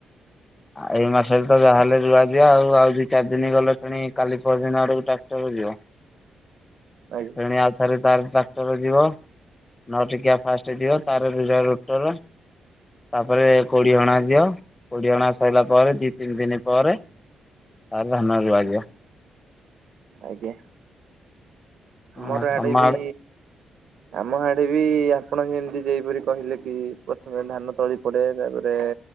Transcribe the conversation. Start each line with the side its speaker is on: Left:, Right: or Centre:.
Left: ଆ ଏଇ ମାସ ଯାହେଲେ ରୁଆ ଯିବ ଆଉ ଦି ଚାରି ଦିନ ଗଲେ ଫେଣି କାଲି ପର ଦିନ ଆଡକୁ ଟ୍ରାକ୍ଟର ଯିବ
Right: ଆଜ୍ଞା।
Left: ସେଣି ଆଉ ସ ତାର ଟ୍ରାକ୍ଟର ଯିବ ନ ଟିକିଆ ଫାଷ୍ଟ ଯିବ ତାର <unintelligible> ରୋଟର ତାପରେ କୋଡି ହଣା ଦିଅ କୋଡି ହଣା ସରିଲା ପରେ ଦି ତିନି ଦିନ ପରେ ତାରେ ଧାନ ରୁଆ ଯିବ।
Right: ଆଜ୍ଞା
Left: ହଁ
Right: ମୋର
Left: ତମ
Right: ଆଡେ ବି ଆମ ହାଡେ ବି ଆପଣ ଏମିତି ଯେପରି କହିଲେ କି ପ୍ରଥମେ ଧାନ ତଳି ଗୋଟେ ତାପରେ